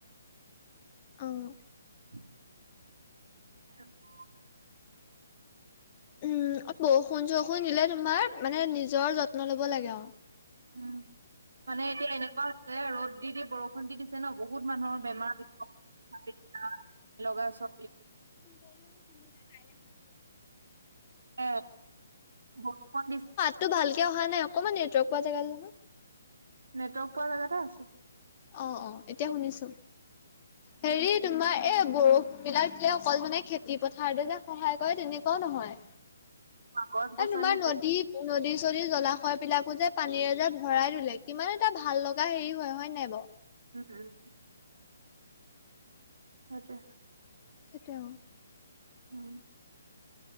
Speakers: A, on the left; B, on the right.
A: অ'।
B: <unintelligible>
A: উম, বৰষুণ চৰষুণ দিলে তোমাৰ মানে নিজৰ যত্ন ল'ব লাগে আৰু।
B: উম, মানে এতিয়া এনেকুৱা আ, হৈছে ৰ'দ দি দি বৰষুণ খুন্দি দিছে ন' বহুত মানুহৰ বেমাৰ লগা চ
A: বলো তুমি মই নাই ফোন
B: ইয়াত বৰষুণ দিছে।
A: ত' ভালকে অহা নাই ককমান নেটৱৰ্ক পোৱা জাগালে আহা।
B: নেটৱৰ্ক পোৱা জেগাতে আছো।
A: অ', অ' এতিয়া শুনিছো। হেৰিত তোমাৰ এ, বৰষুণবিলাকলে অকল মানে খেতি পথাৰতে যে সহায় কৰে তেনেকুৱাও নহয়।
B: গছ গছনি
A: এই তোমাৰ নদীত নদী চদী জলাশয়বিলাকো যে পানীৰে যে ভৰাই দলে, কিমান এটা ভাল লগা হেৰি হয়, হয় নে নাই বাৰু?
B: উম, উম। সেইটোৱেই।
A: সেইটোৱে অ'।
B: উম।